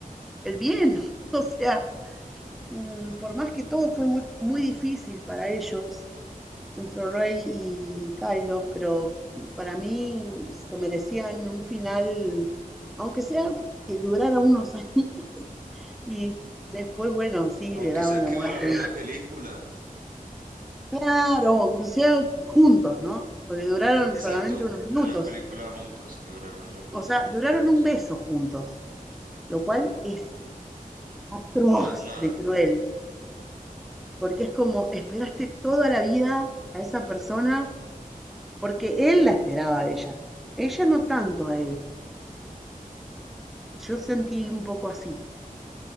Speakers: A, in the centre; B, on the right.
A: el bien. <laughs> O sea, mm, por más que todo fue muy, muy difícil para ellos, entre Rey y Kylo, pero para mí se merecían un final, aunque sea que durara unos <laughs> añitos y después, bueno, sí,
B: Aunque
A: le daban
B: sea
A: la
B: que
A: muerte.
B: durara una película.
A: Claro, aunque sea juntos, ¿no? Porque duraron
B: Exacto,
A: solamente unos minutos.
B: una película juntos, que duraron una película
A: O sea, duraron
B: juntos.
A: un beso juntos. lo cual es atroz
B: Muy, nada.
A: de cruel, porque es como esperaste toda la vida a esa persona, porque él la esperaba a ella, ella no tanto a él, yo sentí un poco así,